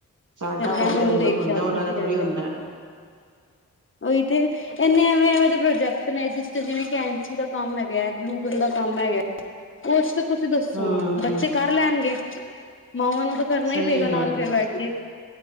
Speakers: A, on the right; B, on the left.
A: ਸਾਡਾ
B: ਤੇ ਮੈਂ
A: ਓਲਡ
B: ਹੁਣ
A: ਹੋਮਵਰਕ
B: ਦੇਖਿਆ
A: ਹੁੰਦਾ
B: ਕੀ
A: ਉਹਨਾਂ ਦਾ
B: ਕੀ
A: ਥੋੜ੍ਹੀ ਹੁੰਦਾ
B: ਗਿਆ। ਉਹੀ ਤੇ ਐਨੇ ਐਵੇਂ ਐਵੇਂ ਪੋਜੇਕਟ ਨੇ ਜਿਸ ਜਿਵੇਂ ਕਿ ਕੈਚੀ ਦਾ ਕੰਮ ਹੈਗਾ, ਗੂਗਲ ਦਾ ਕੰਮ ਹੈਗਾ ਕੁਛ ਤੁਸੀਂ ਦੱਸੋ
A: ਹੂੰ
B: ਬੱਚੇ ਕਰ ਲੈਣਗੇ ਮਾਵਾਂ ਨੂੰ ਤਾਂ ਕਰਨਾ
A: ਸਹੀ
B: ਹੀ ਪਏਗਾ
A: ਗੱਲ
B: ਨਾਲ ਫਿਰ
A: ਹੈ
B: ਬੈਠ ਕੇ‌।